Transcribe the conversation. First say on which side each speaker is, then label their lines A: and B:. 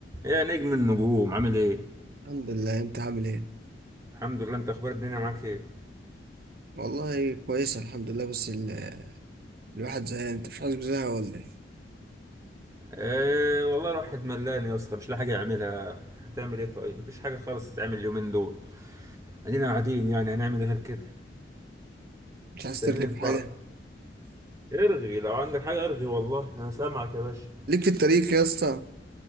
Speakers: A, on the right; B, on the right.
A: يا نجم النجوم عامل ايه
B: الحمد لله انت عامل ايه
A: الحمد لله انت اخبار الدنيا معاك ايه
B: والله كويس الحمد لله بس ال... الواحد زهقان انت مش حاسس بزهق ولا ايه
A: آه والله الواحد ملان يا اسطى مش لاقي حاجه يعملها هتعمل ايه طيب مفيش حاجه خالص تتعمل اليومين دول ادينا قاعدين يعني هنعمل ايه غير كده
B: مش عايز
A: مستنيين
B: ترغي
A: الفرح
B: في حاجه
A: ارغي لو عندك حاجه ارغي والله انا سامعك يا باشا
B: <laughs> ليك في التاريخ يا اسطى